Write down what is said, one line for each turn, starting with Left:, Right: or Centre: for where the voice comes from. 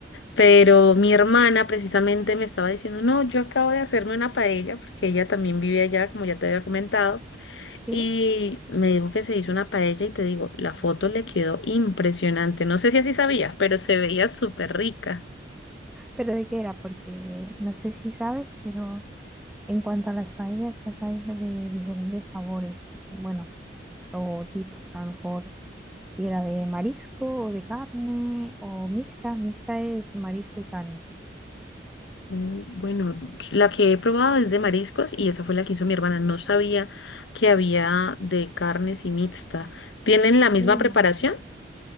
Left: Pero mi hermana precisamente me estaba diciendo, no, yo acabo de hacerme una paella, porque ella también vive allá, como ya te había comentado,
Centre: sí.
Left: y me dijo que se hizo una paella y te digo, la foto le quedó impresionante. No sé si así sabías, pero se veía súper rica.
Centre: ¿Pero de qué era? Porque no sé si sabes, pero en cuanto a las paellas, las hay de diferentes sabores. Bueno, o tipos, a lo mejor si era de marisco o de carne o mixta, mixta es marisco y carne.
Left: Mm, Bueno, la que he probado es de mariscos y esa fue la que hizo mi hermana. No sabía que había de carnes y mixta. ¿Tienen
Centre: Sí,
Left: la misma preparación?